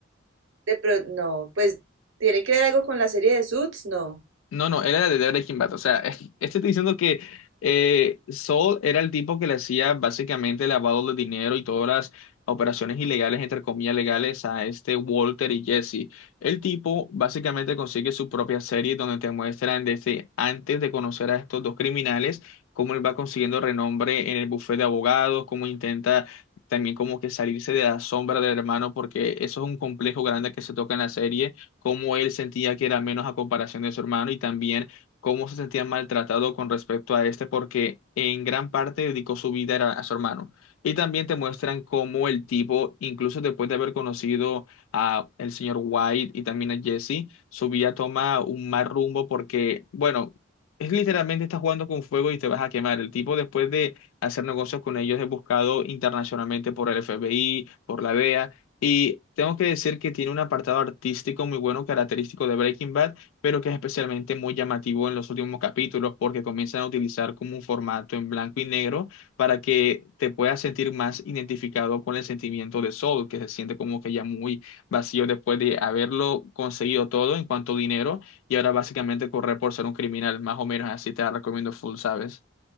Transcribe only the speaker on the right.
De pro- no, pues tiene que ver algo con la serie de Suits, no.